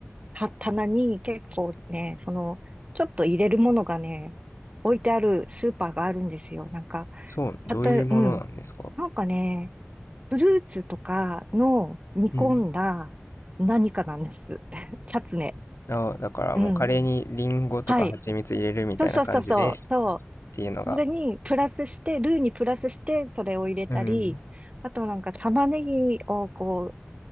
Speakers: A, on the right; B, on the left.
A: は棚に結構ね、その、ちょっと入れるものがね、置いてあるスーパーがあるんですよ。なんか、
B: そう、どういうものなんですか
A: たとえ、うん。なんかね、フルーツとかの煮込んだ何かなんです。
B: うん。
A: <laughs> チャツネ。
B: あ、だからもうカレーにリンゴとか蜂蜜入れるみたいな感じでっ
A: うん。はい。そうそうそうそう。そ
B: ていうのが、
A: う。それにプラスして、ルーにプラスして、それを入れたり、
B: うん。
A: あとなんか玉ねぎをこ